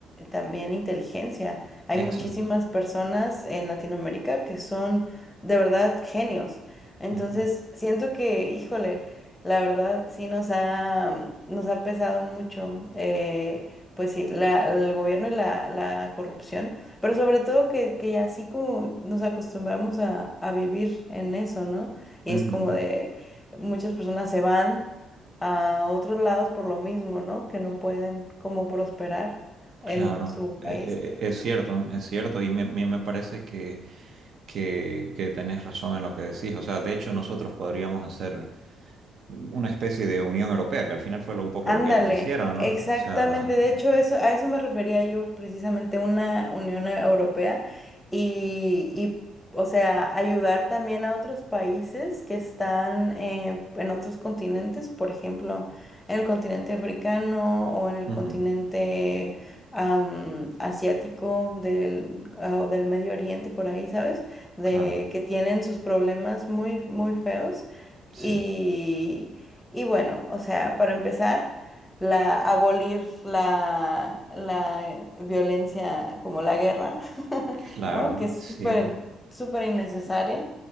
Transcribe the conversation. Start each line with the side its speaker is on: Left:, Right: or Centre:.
Left: también inteligencia. Hay muchísimas
Right: Exacto.
Left: personas en Latinoamérica que son de verdad genios. Entonces,
Right: Ujú.
Left: siento que, híjole, la verdad sí nos ha, nos ha pesado mucho, eh, pues sí, la- el gobierno y la, la corrupción, pero sobre todo que, que ya así como nos acostumbramos a, a vivir en eso, ¿no? Y
Right: Ujú.
Left: es como de muchas personas se van a otros lados por lo mismo, ¿no? Que no pueden como prosperar en
Right: Claro,
Left: su
Right: e-
Left: país.
Right: e- es cierto, es cierto, y me, me me parece que, que, que tenés razón en lo que decís. O sea, de hecho nosotros podríamos hacer una especie de Unión Europea, que al final fue lo- un poco
Left: Ándale,
Right: lo que ellos hicieron,
Left: e-
Right: ¿no?
Left: exactamente.
Right: O sea,
Left: De hecho,
Right: eh,
Left: eso, a eso me refería yo precisamente una Unión E, Europea y, y, o sea, ayudar también a otros países que están eh, en otros continentes, por ejemplo, en el continente africano o en el
Right: ujú,
Left: continente am, asiático del, ah, o del Medio Oriente, por ahí, ¿sabes? De
Right: claro,
Left: que tienen sus problemas muy, muy feos
Right: sí,
Left: y, y bueno, o sea, para empezar la abolir la, la violencia como la guerra, <laughs>
Right: claro,
Left: ¿no? Que es
Right: sí,
Left: súper, súper innecesaria.